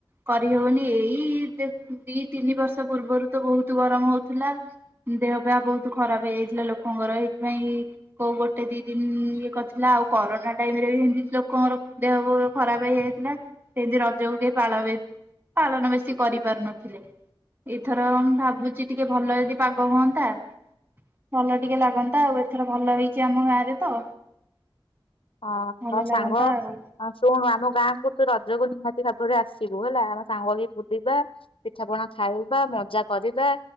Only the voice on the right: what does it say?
କରି ହଉନି, ଏଇ ଦେ ଦି ତିନି ବର୍ଷ ପୂର୍ବରୁ ତ ବୋହୁତ ଗରମ ହୋଉଥିଲା, ଦେହ ପା ବୋହୁତ ଖରାପ ହେଇଯାଇଥିଲା ଲୋକଙ୍କର ଏଇଥିପାଇଁ କୋଉ ଗୋଟେ ଦି ଦିନ ଇଏ କରିଥିଲା ଆଉ କରୋନା ଟାଇମ ରେ ବି ଏମିତି ଲୋକଙ୍କର ଦେହ ଖରାପ ହେଇଯାଇଥିଲା, ସେମତି ରଜକୁ କେ ପାଳ ବି ପାଳନ ବେଶୀ କରିପାରୁନଥିଲେ, ଏଇଥର ମୁ ଭାବୁଚି ଟିକେ ଭଲ ଯଦି ପାଗ ହୁଅନ୍ତା, ଭଲ ଟିକେ ଲାଗନ୍ତା ଆଉ ଏଥର ଭଲ ହେଇଛି ଆମ ଗାଁରେ ତ।
ଭଲ
ଲାଗନ୍ତା ଆଉ।